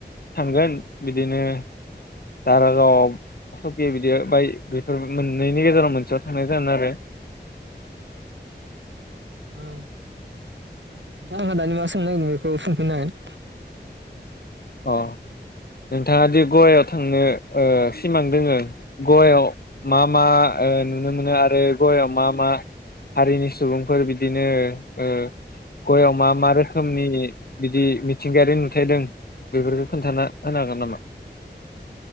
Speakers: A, on the left; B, on the right.
A: थांगोन बिदिनो दारागाव सकि बिदि बाइक बेफोर मोननैनि गेजेराव मोनसेयाव थांनाय जागोन आरो
B: औ <unintelligible> दानि मा सोंनो नागिर बेखौ सोंफिननो हागोन।
A: अ नोंथाङा दि गवायाव थांनो ओ सिमां दोङो गवायाव मा मा? ओ नुनो मोनो आरो गयाव मा मा? हारिनि सुबुंफोर बिदिनो ओ गवायाव मा मा रोखोमनि बिदि मिथिंगायारि नुथाय दं? बेफोरखौ खोन्थाना होनो हागोन नामा?